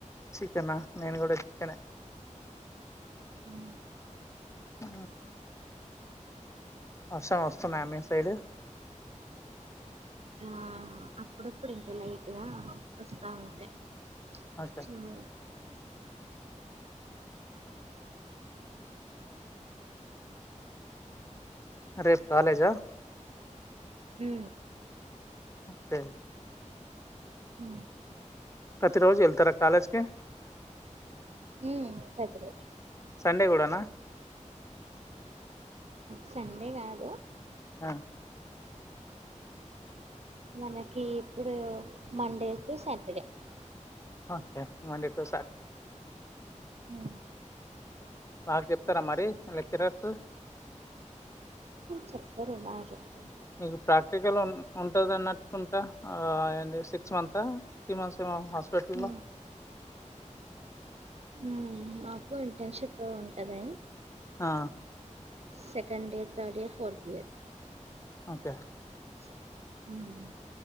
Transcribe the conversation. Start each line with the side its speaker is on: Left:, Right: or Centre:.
Left: చికెనా నేన్ కూడా చికెనే
Right: హ్
Left: ఆ వర్షం వస్తున్నాయా మీ సైడ్
Right: ఆ అప్పుడప్పుడు ఇంకా లైట్గా వస్తా ఉంటాయి. హ్
Left: ఓకే రేపు కాలేజా
Right: ఏ
Left: టే
Right: ఉ
Left: ప్రతి రోజు వెళ్తరా కాలేజ్ కి
Right: మ్మ్మ్మ్ ప్రతిరోజు
Left: సండే కూడానా
Right: సండే కాదు
Left: ఆ
Right: మనకి ఇప్పుడు Monday to Saturday
Left: okay Monday to Saturday
Right: ఆ
Left: బాగా చెప్తరా మరి లెక్చరర్స్
Right: చెప్తరు బ చెప్తరు
Left: మీకు ప్రాక్టికల్ ఉంటద న్నట్టుకుంటా అ ఏంటి సిక్స్ మంతా త్రీ మంత్స్ ఏమో హాస్పిటల్
Right: ఉమ్,
Left: లో
Right: మ్మ్ మాకు ఇంటర్న్షిప్ ఉంటది
Left: ఆ
Right: second year third year fourth year
Left: okay
Right: ఉహు